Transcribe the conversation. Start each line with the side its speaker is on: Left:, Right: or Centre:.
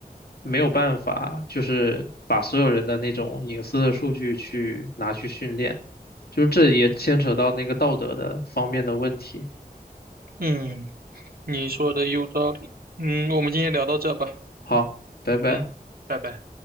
Left: 没有办法，就是把所有人的那种隐私的数据去拿去训练。就是这也牵扯到那个道德的方面的问题。
Right: 嗯，你说的有道理。嗯，我们今天聊到这吧。
Left: 好，拜拜。
Right: 嗯，拜拜。